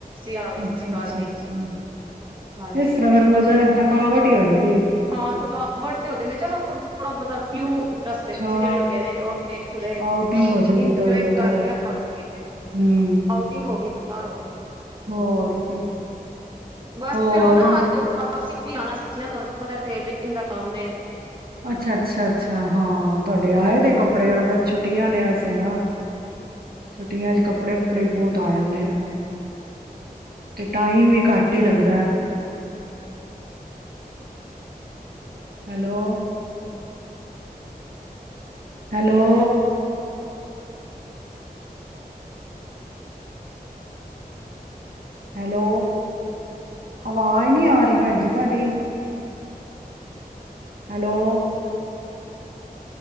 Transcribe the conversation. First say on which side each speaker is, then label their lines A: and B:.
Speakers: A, on the right (about 30°); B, on the right (about 75°).
A: ਆ ਗਏ
B: ਅੱਛਾ
A: ਸੀ
B: -ਅੱਛਾ
A: ਕੱਲ ਹੀ
B: -ਅੱਛਾ
A: ਹਾਂਜੀ
B: ਇਸ ਤਰ੍ਹਾਂ ਫੇਰ ਮਜ਼ਾ ਥਕਾਵਟ ਹੀ ਹੋ ਜਾ
A: ਹਾਂ, ਥਕਾਵਟ ਤੇ ਹੋ ਜਾਂਦੀ ਚਲੋ ਥੋੜਾ ਬਹੁਤਾ ਵਿਊ ਰਸਤੇ
B: ਅੱਛਾ
A: ਚ ਜਿਹੜੇ ਹੋਗੇ ਨੇ ਉਹ ਦੇਖ ਲਏ,
B: ਆਊਟਿੰਗ ਹੋ ਜਾਂਦੀ
A: ਇਜੋਏ
B: ਥੋੜੀ ਬਹੁਤ
A: ਕਰ ਲਿਆ, ਹੋਰ ਕੀ ਏ
B: ਹੂੰ
A: ਆਊਟਿੰਗ ਹੋ ਗਈ ਬਾਹ ਹੋ
B: ਹੋਰ ਕੀ
A: ਬਸ
B: ਹੋਰ
A: ਫਿਰ ਉਹ ਨਾ ਵਾਪਸੀ ਵੀ ਆਉਣਾ ਸੀ ਨਾ ਤੁਹਾਨੂੰ ਪਤਾ ਟੇਲਰਿੰਗ ਦਾ ਕੰਮ
B: ਅੱਛਾ ਅੱਛਾ ਅੱਛਾ ਹਾਂ ਤੁਹਾਡੇ ਆਏ ਦੇ ਕੱਪੜੇ ਵਾਲੇ ਛੁੱਟੀਆਂ ਨੇਸ ਨਾ ਛੁੱਟੀਆਂ ਚ ਕੱਪੜੇ ਕੁਪੜੇ ਬਹੁਤ ਆ ਜਾਂਦੇ ਨੇ ਤੇ ਟਾਈਮ ਵੀ ਘੱਟ ਹੀ ਲੱਗਦਾ ਹੈਲੋ ਹੈਲੋ ਹੈਲੋ ਅਵਾਜ਼ ਨਹੀਂ ਆ ਰਹੀ ਭੈਣ ਜੀ ਤੁਹਾਡੀ hello